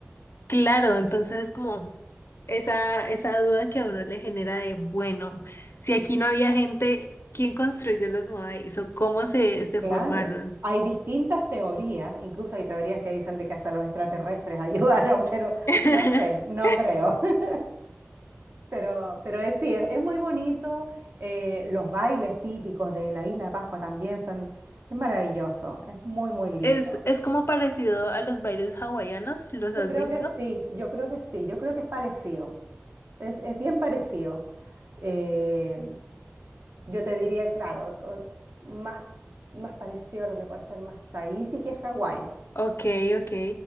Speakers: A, on the left; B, on the right.
A: Claro, entonces es como esa, esa duda que a uno le genera de, bueno, si aquí no había gente, ¿quién construyó los modáis o cómo se, se
B: Claro,
A: formaron?
B: hay distintas teorías, incluso hay teorías que dicen de que hasta los extraterrestres <laughs> ayudaron, pero
A: <laughs>
B: no sé, no creo. <laughs> Pero, pero es, sí, es, es muy bonito, eh, los bailes típicos de la Isla de Pascua también son, es maravilloso, es muy, muy lindo.
A: Es, es como parecido a los bailes hawaianos, ¿los has
B: Yo creo
A: visto?
B: que sí, yo creo que sí, yo creo que es parecido, es, es bien parecido. Eh, yo te diría, claro, co- más, más parecido a lo que puede ser más Tahití que Hawái.
A: Ok, ok.